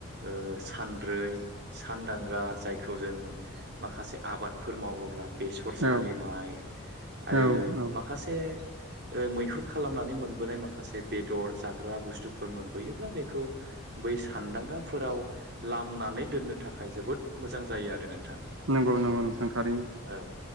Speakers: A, on the right; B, on the right.
A: ओ सानद्रै -सानदांगा जायखौ जों माखासे आबादफोर मावोब्ला बेसर सालिनाय
B: औ
A: आरो
B: औ औ
A: माखासे बे मैहुर खालामनानै मोनबोनाय माखासे बेदर जाग्रा बुस्थुफोर मोनबोयोब्ला बेखौ बै सानदांगा फोराव लामनानै दोननो थाखाय जोबोद मोजां जायो आरो नों थां
B: नंगौ नंगौ
A: माने
B: नोंथां थारैनो
A: औ